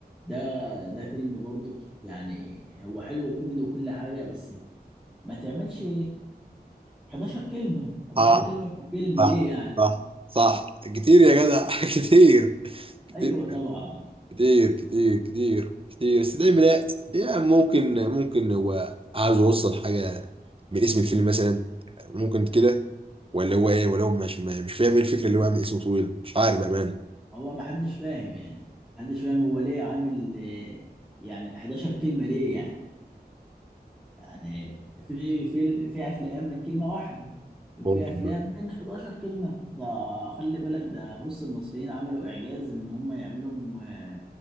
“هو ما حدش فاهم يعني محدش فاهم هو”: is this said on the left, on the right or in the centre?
Centre